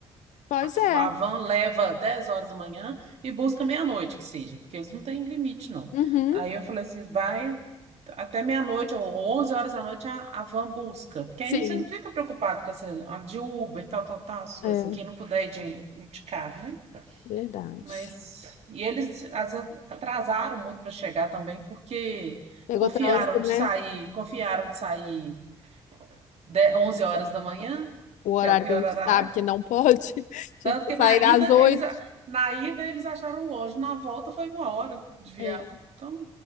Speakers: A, on the left; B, on the right.
A: Pois
B: A,
A: é.
B: a van leva 10 horas da manhã e busca meia-noite, que seja, porque eles não têm limite, não.
A: Uhum.
B: Aí eu falei assim, vai até meia-noite ou onze horas da noite a, a van busca, porque
A: Sim.
B: aí você não fica preocupado com essa a de Uber, tal, tal, tal, essas coisas
A: É,
B: assim, quem não puder ir de, de carro, né?
A: verdade.
B: Mas, e eles às vezes, atrasaram muito para chegar também, porque
A: Pegou
B: confiaram
A: trânsito, né?
B: de sair, confiaram de sair de- 11 horas da manhã,
A: O horário
B: que é o pior
A: que a gente
B: horário,
A: sabe que não pode. <laughs> Tinha
B: Tanto
A: que
B: que
A: sair
B: na ida
A: às oito.
B: eles, na ida eles acharam longe, na volta foi uma hora de viagem.
A: É.
B: Então,